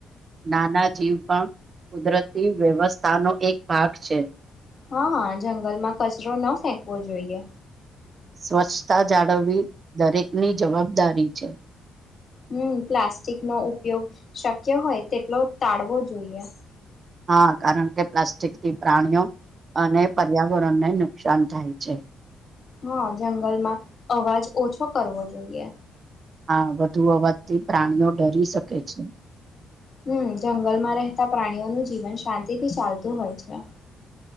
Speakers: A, on the right; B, on the left.
A: નાના જીવ પણ કુદરતી વ્યવસ્થાનો એક ભાગ છે.
B: હા જંગલમાં કચરો ન ફેંકવો જોઈએ
A: સ્વચ્છતા જાળવવી દરેકની જવાબદારી છે.
B: હમ પ્લાસ્ટિક નો ઉપયોગ શક્ય હોય તેટલો ટાળવો જોઈએ.
A: હા કારણ કે પ્લાસ્ટિકથી પ્રાણીઓ અને પર્યાવરણને નુકસાન થાય છે
B: હા જંગલમાં અવાજ ઓછો કરવો જોઈએ
A: હા વધુ અવાથી પ્રાણીઓ ડરી શકે છે.
B: હમ જંગલમાં રહેતા પ્રાણીઓનું જીવન શાંતિથી ચાલતું હોય છે